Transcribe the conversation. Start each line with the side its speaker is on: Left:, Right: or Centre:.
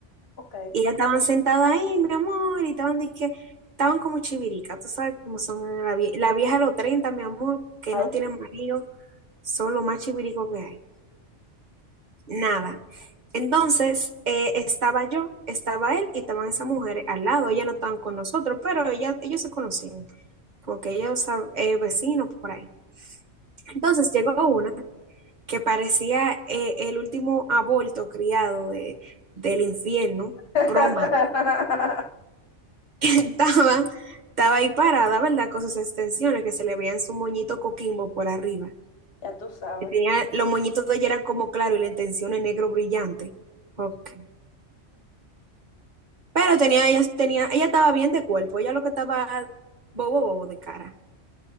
Left: Ok.
Right: Y ya estaban sentadas ahí, mi amor, y estaban de que, estaban como chiviricas, tú sabes cómo son la, vie- la vieja de los 30, mi amor, que
Left: Ay.
Right: no tienen marido, son los más chiviricos que hay. Nada. Entonces, eh, estaba yo, estaba él y estaban esas mujeres al lado. Ellas no estaban con nosotros, pero ellas, ellos se conocían. como que ellos sab- eh, vecinos por ahí. Entonces llegó una que parecía eh, el último aborto criado de, del infierno,
Left: <laughs>
Right: Proma. <laughs> Estaba, estaba ahí parada, ¿verdad? Con sus extensiones que se le veían su moñito coquimbo por arriba.
Left: Ya tú sabes,
Right: Que tenía, los moñitos de ella eran como claro y la extensión en negro brillante. Ok. Pero tenía, ella, tenía, ella estaba bien de cuerpo, ella lo que estaba bobo, bobo de cara.